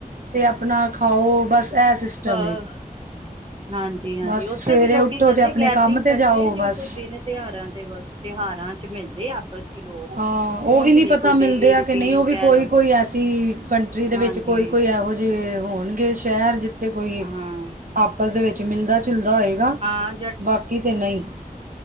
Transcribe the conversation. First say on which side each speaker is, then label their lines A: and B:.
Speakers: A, on the right; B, on the right.
A: ਤੇ ਆਪਣਾ ਖਾਓ ਬਸ ਇਹ ਸਿਸਟਮ
B: ਹਾਂ-
A: ਏ।
B: ਹਾਂ ਜੀ ਹਾਂਜੀ,
A: ਬਸ
B: ਉੱਥੇ
A: ਸਵੇਰੇ
B: ਵੀ ਲੋਕੀ
A: ਉੱਠੋ
B: ਕਰਦੇ
A: ਤੇ ਆਪਣੇ
B: ਗੈਦਰਿੰਗ
A: ਕੰਮ ਤੇ
B: ਕਰਦੇ
A: ਜਾਓ
B: ਆ ਜਿਵੇਂ
A: ਬਸ।
B: ਕੋਈ ਦਿਨ ਤਿਉਹਾਰਾਂ ਤੇ ਬਸ ਤਿਉਹਾਰਾਂ ਚ ਮਿਲਦੇ ਆਪਸ ਚ ਲੋਕ
A: ਹਾਂ, ਉਹ
B: ਉਝ
A: ਵੀ ਨਹੀਂ
B: ਨੀ
A: ਪਤਾ
B: ਕੋਈ ਡੇਲੀ
A: ਮਿਲਦੇ ਆ
B: ਰੂਟੀਨ
A: ਕਿ ਨਹੀਂ, ਉਹ ਵੀ
B: ਕਹਿ
A: ਕੋਈ-ਕੋਈ
B: ਲਓ
A: ਐਸ ਜੀ, ਕੰਟਰੀ ਦੇ
B: ਹਾਂਜੀ
A: ਵਿੱਚ ਕੋਈ-ਕੋਈ ਇਹੋ ਜਿਹੇ, ਹੋਣਗੇ ਸ਼ਹਿਰ ਜਿੱ ਕੋਈ
B: ਹਾਂ
A: ਆਪਸ ਦੇ ਵਿੱਚ ਮਿਲਦਾ-ਜੁਲਦਾ ਹੋਏਗਾ,
B: ਹਾਂ
A: ਬਾਕੀ ਤੇ ਨਹੀਂ।